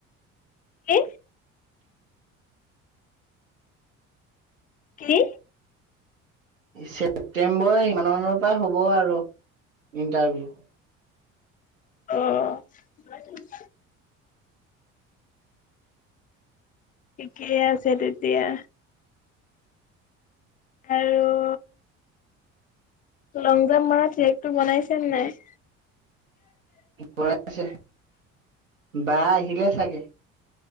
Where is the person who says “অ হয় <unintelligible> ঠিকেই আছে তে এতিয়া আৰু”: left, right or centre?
Left